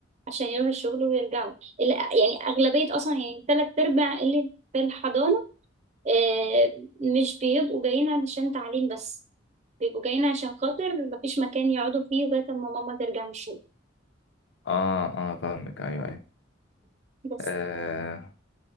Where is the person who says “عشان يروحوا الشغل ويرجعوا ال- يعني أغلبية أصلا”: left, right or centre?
Right